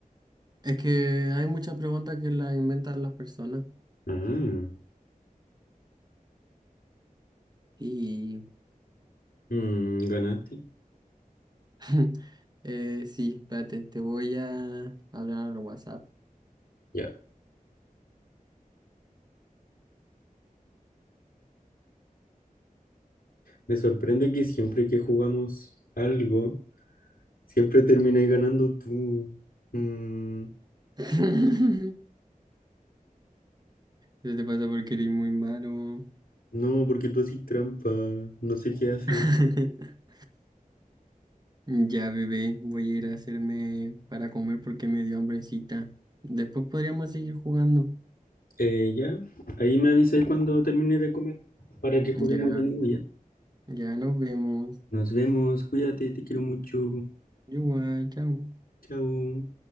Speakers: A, on the right; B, on the left.
A: Es que hay muchas preguntas que las inventan las personas.
B: Ah,
A: Y...
B: mm, ganaste.
A: <laughs> eh, sí, espérate, te voy a hablar al WhatsApp.
B: Ya. Me sorprende que siempre que jugamos algo, siempre terminas ganando tú. Mm,
A: <laughs> ¿Qué te pasa porque eres muy malo?
B: no, porque tú haces trampa, no sé qué haces.
A: <laughs> Ya, bebé, voy a ir a hacerme para comer porque me dio hambrecita. Después podríamos seguir jugando.
B: Eh, ya, ahí me avisáis cuando termine de comer para que juguemos
A: Ya,
B: de nuevo ya.
A: ya nos vemos.
B: Nos vemos, cuídate, te quiero mucho.
A: Igual, chao.
B: Chao.